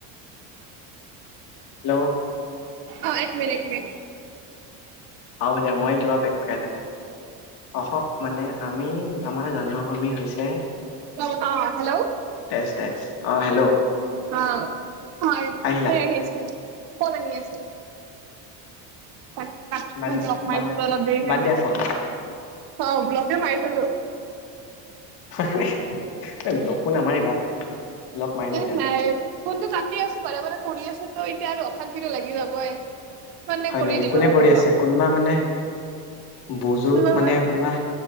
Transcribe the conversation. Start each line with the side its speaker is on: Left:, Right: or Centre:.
Left: হেল্ল'।
Right: অ এক মিনিট এক মিনিট
Left: আহ ভা মই কিবা পেক পকাই থাকো অ মানে আমি আমাৰ জন্মভূমি হৈছে
Right: অ', হেল্ল'
Left: তেজ তেজ অ হেল্ল'।
Right: অ হয়
Left: আহিলা
Right: আহ আছিল ফোন আহি আছিল। তাক কাতি দিলোঁ
Left: বাদ
Right: বলক মাৰি
Left: বাদ
Right: দিলো অলপ দেৰি
Left: বাদ
Right: কাৰনে।
Left: দিয়া ফোন
Right: অ ব্লক মাৰি থলো।
Left: <unintelligible> ব্লকও নামাৰিবা। ব্লক মাৰে নেকি
Right: এই
Left: আৰু
Right: নাই ফনটো কাটি আছো বাৰে বাৰে কৰি আছেতো এতিয়া আৰু অশান্তিটো লাগি যাবই। মানে
Left: হয়
Right: কৰি
Left: নেকি
Right: দিলো
Left: কোনে
Right: আৰু ব্লক।
Left: আছে কোনোবা মানে বুজুৰ্গ
Right: নহয়
Left: মানে কোনোবা